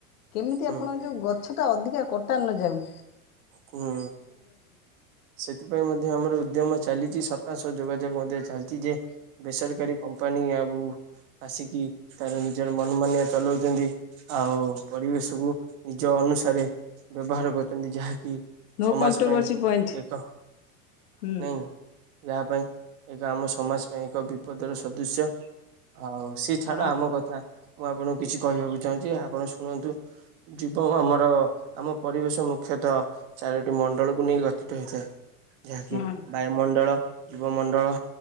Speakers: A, on the left (about 80°); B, on the right (about 60°).
A: କେମିତି
B: ହୁଁ
A: ଆପଣ ଯୋଉ ଗ ଗଛଟା ଅଧିକା କଟା ନ ଯାଉ।
B: ହୁଁ। ସେଥିପାଇଁ ମଧ୍ୟ ଆମର ଉଦ୍ୟମ ଚାଲିଛି ସରକାରଙ୍କ ସହ ଯୋଗାଯୋଗ ମଧ୍ୟ ଚାଲିଛି ଯେ ବେସରକାରୀ କମ୍ପାନୀ ଆଉ ଆସିକି ତାର ନିଜର ମନ ମାନିଆ ଚଲାଉଛନ୍ତି। ଆଉ ପରିବେଶକୁୁ ନିଜ ଅନୁସାରେ ବ୍ୟବହାର କରୁଛନ୍ତି ଯାହାକି
A: ନୋ
B: ସମାଜ
A: କଣ୍ଟ୍ରୋଭର୍ସି
B: ପାଇଁ
A: ପଏଣ୍ଟ
B: ଏକ
A: ହୁଁ।
B: ନାଇଁ ଯାହା ପାଇଁ ଏକ ଆମ ସମାଜ ପାଇଁ ଏକ ବିପଦର ସଦୃସ୍ୟ। ଆଉ ସେ ଛାଡ଼
A: ହଁ
B: ଆମ
A: ହଁ
B: କଥା ମୁଁ ଆପଣଙ୍କୁ କିଛି କହିବାକୁ ଚାହୁଁଛି ଆପଣ ଶୁଣନ୍ତୁ। ଜୀବ ଆମର ଆମ ପରିବେଶ ମୁଖ୍ୟତଃ ଚାରୋଟି ମଣ୍ଡଳକୁ ନେଇ ଗଠିତ ହେଇଥାଏ, ଯାହାକି
A: ହଁ।
B: ବାୟୁମଣ୍ଡଳ, ଜୀବମଣ୍ଡଳ,